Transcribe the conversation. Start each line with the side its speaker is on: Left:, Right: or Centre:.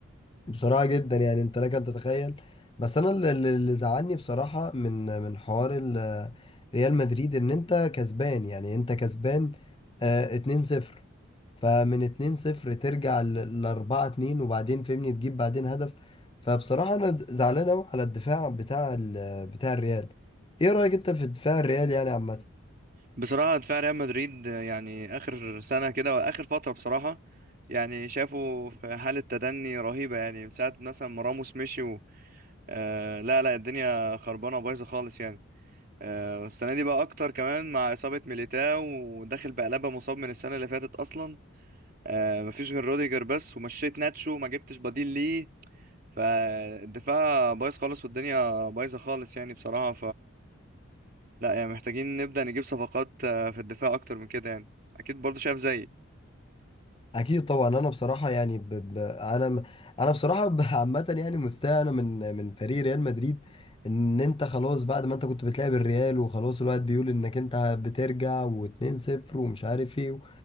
Left: بصراحة جدا يعني انت لك ان تتخيل بس انا اللي اللي- اللي زعلني بصراحة من من حوار ال- ريال مدريد ان انت كسبان يعني انت كسبان آه 2-0 فمن 2-0 ترجع ل 4-2 وبعدين فهمني تجيب بعدين هدف فبصراحة انا زعلان قوي على الدفاع بتاع ال- بتاع الريال ايه رأيك انت في دفاع الريال يعني عامة
Right: بصراحة دفاع ريال مدريد يعني آخر سنة كده وآخر فترة بصراحة يعني شافوا في حالة تدني رهيبة يعني من ساعة مثلا ما راموس مشي و... آه لا لا الدنيا خربانة وبايظة خالص يعني آه والسنة دي بقى أكتر كمان مع إصابة ميليتاو وداخل بقلبة مصاب من السنة اللي فاتت أصلا آه مفيش غير روديجر بس ومشيت ناتشو ما جبتش بديل ليه فالدفاع بايظ خالص والدنيا بايظة خالص يعني بصراحة لا يعني محتاجين نبدأ نجيب صفقات آه، في الدفاع أكتر من كده يعني أكيد برضو شايف زيي
Left: اكيد طبعا انا بصراحه يعني ب... ب... انا م- انا بصراحه ب- <laughs> عامه يعني مستاء انا من من فريق ريال مدريد ان انت خلاص بعد ما انت كنت بتلعب الريال وخلاص الواحد بيقول انك انت بترجع و2 صفر ومش عارف ايه و-